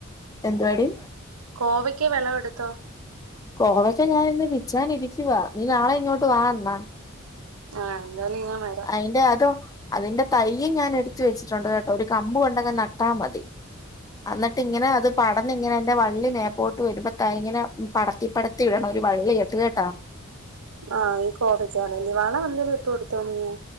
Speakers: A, on the left; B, on the right.
A: എന്ത്വാടി?
B: കോവയ്ക്ക വെളവെടുത്തോ?
A: കോവക്ക ഞാനിന്ന് പിച്ചാനിരിക്കുവാ, നീ നാളെ ഇങ്ങോട്ട് വാ അന്നാ.
B: ആഹ് എന്തായാലും ഞാൻ വരാ.
A: ന്റെ അതോ അതിന്റെ തയ്യും ഞാനെടുത്ത് വെച്ചിട്ടൊണ്ട് കേട്ടോ ഒരു കമ്പ് കൊണ്ടങ്ങു നട്ടാ മതി. അന്നിട്ടിങ്ങനെ അത് പടന്നിങ്ങനെ അയിന്റെ വള്ളി മേപ്പോട്ട് വരുമ്പോ ദാ ഇങ്ങനെ പടത്തി പടത്തി ഇടണം ഒരു വള്ളി കെട്ടി കേട്ടോ.
B: ആഹ് അത് കോവയ്ക്കാടല്ലേ വളം എന്തെലും ഇട്ട് കൊടുത്തോ നീയ്?